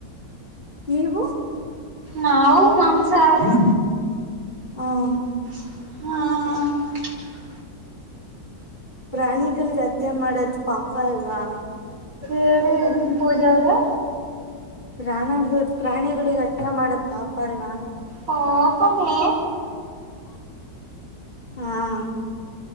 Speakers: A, on the left; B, on the right.
A: ನೀವು
B: ನಾವು ಮಾಂಸಾಹಾರಿ
A: ಹ್ಮ <inaudible>
B: ಹ್ಮ <unintelligible>
A: ಪ್ರಾಣಿಗಳಿಗೆ ಹತ್ಯೆ ಮಾಡದ ಪಾಪ ಅಲ್ವಾ.
B: ಏಳಿ ಪೂಜ ಅವ್ರ <unintelligible>
A: ಪ್ರಾಣ, ಪ್ರಾಣಿಗಳಿಗೆ ಹತ್ಯೆ ಮಾಡದಪಾಪ ಅಲ್ವಾ.
B: ಪಾಪನೇ
A: ಹಾ <unintelligible>